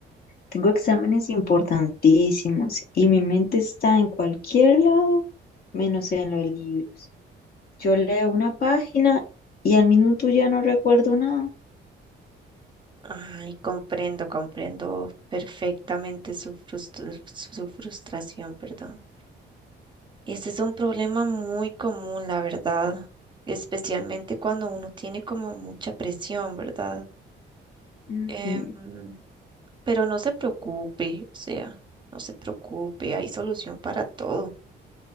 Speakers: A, on the left; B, on the right.
A: Tengo exámenes importantísimos y mi mente está en cualquier lado, menos en los libros. Yo leo una página y al minuto ya no recuerdo nada.
B: Ay, comprendo, comprendo perfectamente su frustr- su frustración, perdón. Este es un problema muy común, la verdad, especialmente cuando uno tiene como mucha presión, ¿verdad?
A: Ujú.
B: Em, pero no se preocupe, o sea, no se preocupe, hay solución para todo.